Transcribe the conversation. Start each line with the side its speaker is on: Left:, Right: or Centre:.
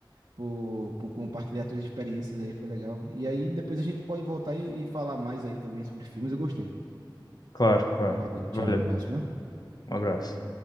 Right: por, por compartilhar suas experiências aí, foi legal. E aí depois a gente pode voltar e, e falar mais aí também sobre filmes, eu gostei.
Left: Claro, claro.
Right: Valeu, tchau,
Left: Valeu.
Right: um abraço, viu?
Left: Um abraço.